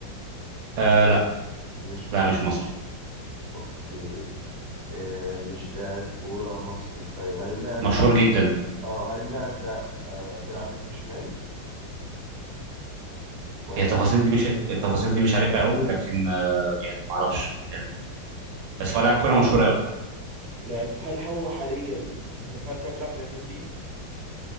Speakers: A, on the right (about 75°); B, on the right (about 55°).
A: آه
B: و-
A: لا
B: مش مصري
A: لا مش مصري
B: أوكي آه مش لاعب كورة مصري طيب هل اللاعب
A: مشهور
B: ده
A: جدا
B: آه هل اللاعب ده آه بيلعب برجله الشمال ولا
A: هي التفاصيل دي مش التفاصيل دي مش عارفها قوي لكن آه، يعني ما اعرفش يعني بس هو لاعب كوره مشهور قوي
B: لاعب هل هو حاليا طب هل كان بيلعب في ريال مدريد؟